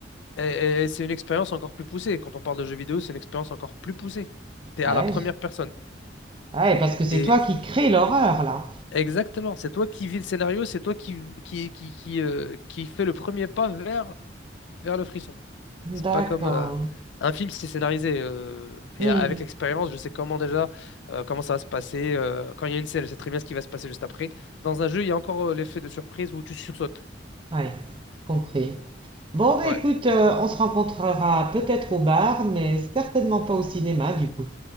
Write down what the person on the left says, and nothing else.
Et, et- et c'est une expérience encore plus poussée. Quand on parle de jeux vidéo, c'est une expérience encore plus poussée. T'es
à la
première
personne.
Et
exactement, c'est toi qui vis le scénario, c'est toi qui, qui, qui, qui, euh, qui fait le premier pas vers, vers le frisson.
C'est pas comme euh, un film, si c'est scénarisé. euh,
et a- avec l'expérience, je sais comment déjà, euh, comment ça va se passer. euh, quand il y a une scène, je sais très bien ce qui va se passer juste après. Dans un jeu, il y a encore euh, l'effet de surprise où tu sursautes.
Ouais.